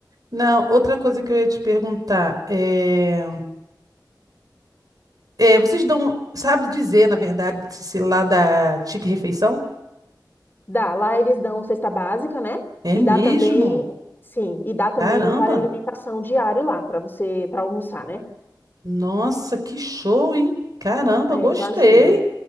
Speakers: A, on the right; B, on the left.
A: Não, outra coisa que eu ia te perguntar é, é, vocês dão, sabe dizer, na verdade, se se lá da Tique Refeição?
B: Dá, lá eles dão cesta básica, né?
A: É
B: E
A: mesmo?
B: dá também, sim, e dá também
A: Caramba!
B: um vale alimentação diário lá para você, para almoçar, né?
A: Nossa, que show, hein? Caramba,
B: É,
A: gostei.
B: já ajuda.